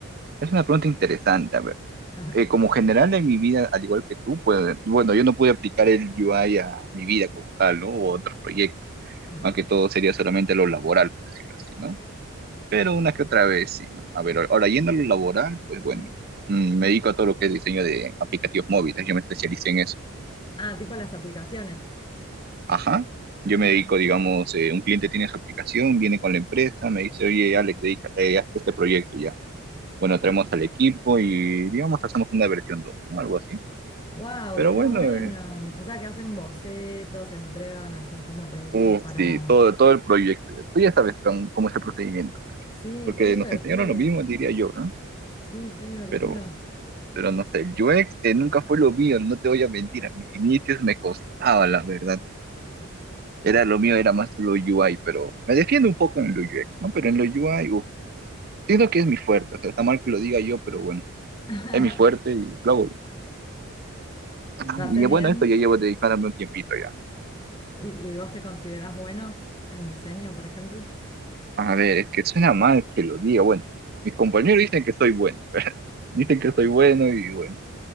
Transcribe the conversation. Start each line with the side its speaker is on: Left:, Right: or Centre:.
Right: es una pregunta interesante,
Left: <laughs>
Right: eh, como general en mi vida, al igual que tú, pues, bueno, yo no pude aplicar el UI a mi vida como tal, ¿no? O a otros proyectos.
Left: Ajá,
Right: Más que todo sería solamente lo laboral, por decirlo así, ¿no? Pero una que otra vez, sí, ¿no? A ver, ahora yendo a lo laboral, pues bueno,
Left: ajá.
Right: mm, me dedico a todo lo que es diseño de aplicativos móviles, yo me especialicé en eso.
Left: Ah, tipo las aplicaciones.
Right: Ajá,
Left: Ah,
Right: yo me dedico, digamos, eh, un cliente tiene su aplicación, viene con la empresa, me dice, oye, Alex, dedica, eh, haz este proyecto ya. Bueno, traemos al equipo y, digamos, hacemos una versión dos ¿no? Algo así.
Left: wow,
Right: Pero
Left: qué
Right: bueno,
Left: bueno.
Right: eh,
Left: O sea, que hacen bocetos, entregan así como productos
Right: Uh,
Left: para...
Right: sí, todo, todo el proyecto. Tú ya sabes cómo, cómo es el procedimiento, pero-
Left: Sí,
Right: porque
Left: qué divertido.
Right: nos enseñaron lo mismo, diría yo, ¿no?
Left: Sí, qué divertido.
Right: Pero, pero no sé, el UX eh, nunca fue lo mío, no te voy a mentir, a mis inicios me costaba, la verdad. Era lo mío, era más lo UI, pero me defiendo un poco en lo UX, ¿no? Pero en lo UI, uff, siento que es mi fuerte, o sea, está mal que lo diga yo, pero bueno,
Left: <laughs>
Right: es mi fuerte y lo hago bien. Ah,
Left: ¿Lo haces
Right: Y
Left: bien?
Right: bueno, esto ya llevo dedicándome un tiempito ya.
Left: ¿Y, y vos te consideras bueno en diseño, por ejemplo?
Right: A ver, es que suena mal que lo diga, bueno, mis compañeros dicen que soy bueno, <laughs> dicen que soy bueno y bueno.